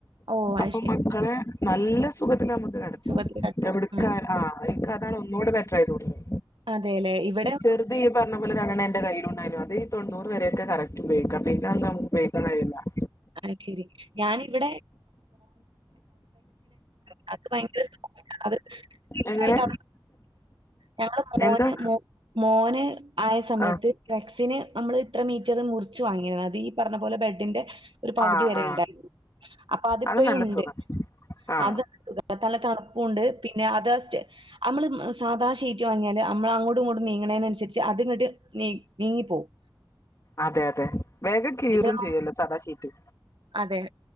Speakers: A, on the right (about 75°); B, on the left (about 40°).
A: ഓഹ് അഹ്
B: അപ്പൊ
A: ശെരി
B: മക്കളെ നല്ല- സുഖത്തില് നമുക്ക് കെടക്കും
A: സുഖത്തിൽ കെടക്കാം.
B: എവിടെക്ക്
A: ആഹ്
B: ആ ഇന്ക് അതാണ് ഒന്നുകൂടെ ബെറ്റർായി തോന്നിയത്
A: അതെല്ലെ ഇവിടെ -
B: ചെറുത് ഇയ്യ് പറഞ്ഞ പോലെ രണ്ടെണ്ണം എന്റെ കയ്യിലുണ്ടാല്ലോ അത് ഈ തൊണ്ണൂറ് വരെയൊക്കെ കറക്റ്റ് ഉപോഗിക്കാ പി പിന്നൊന്നും ഉപേയിക്കാൻ കയൂല-
A: അഹ് ശെരി ഞാനിവിടെ അത് ഭയങ്കര ആഹ് <unintelligible> ഇതായിട്ട
B: എങ്ങനെ
A: ഞങ്ങള് മോന്
B: എന്താ
A: മോന് ആയ സമയത്ത്
B: ആ
A: ഫ്ലക്സിന് നമ്മള് ഇത്ര മീറ്ററ് മുറിച്ചു വാങ്ങിയിരുന്നു അത് ഈ പറഞ്ഞ പോലെ ബെഡിന്റെ ഒരു പകുതി
B: ആ
A: വരെ
B: ആ
A: ഉണ്ടായിരുന്നു അപ്പൊ അതിപ്പോഴും
B: അത് നല്ല
A: ഉണ്ട്
B: സുഖ ആ
A: അത് നല്ല തണുപ്പുംണ്ട് പിന്നെ അത്സ്റ്റ് നമ്മള് സാധാ ഷീറ്റ് വാങ്ങിയാല് നമ്മള അങ്ങോട്ടും ഇങ്ങോട്ടും നീങ്ങണതിനന അനുസരിച്ച് അത്ങ്ങോട്ട്- നീ നീങ്ങി പോകും.
B: അതെ അതെ വേഗം കീറും
A: ഇതാ
B: ചെയ്യല്ലോ സദാശീറ്റ്?
A: അതെ